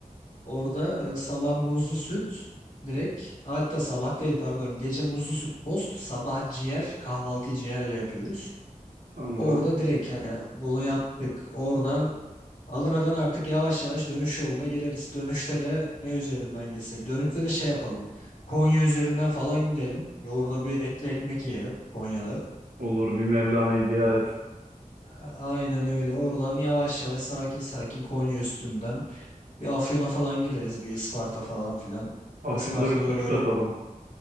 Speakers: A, on the left; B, on the right.
A: Orada e, sabah muzlu süt direkt hatta sabah değil pardon gece muzlu süt post sabah ciğer kahvaltıyı ciğerle yapıyoruz.
B: Tamam.
A: Orada direkt hani bunu yaptık. Oradan Adana'dan artık yavaş yavaş dönüş yoluna gireriz. Dönüşte de ne üzerinden geçsek? Dönüşte de şey yapalım. Konya üzerinden falan gidelim. Ve orada bir etli ekmek yiyelim Konya'da.
B: Olur bir Mevlana'yı ziyaret.
A: A- Aynen öyle. Oradan yavaş yavaş sakin sakin Konya üstünden bir Afyon'a falan gideriz. Bir Isparta falan filan.
B: Afyon'da
A: Isparta'da
B: bir sucuk
A: da böyle
B: atalım.